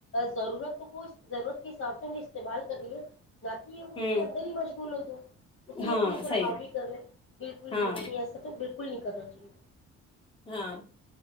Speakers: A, on the left; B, on the left.
A: ضرورت تو ہو ضرورت کے حساب سے استعمال کرنیے نہ کہ یہ اس کے
B: ہوں
A: اندر ہی مشغول ہو جائے اسے
B: ہاں
A: اپنے اوپر
B: صحیح
A: حاوی کر لے بالکل
B: ہاں
A: بھی نہیں ایسا تو بالکل کل نہیں کرنا چاہیے
B: ہاں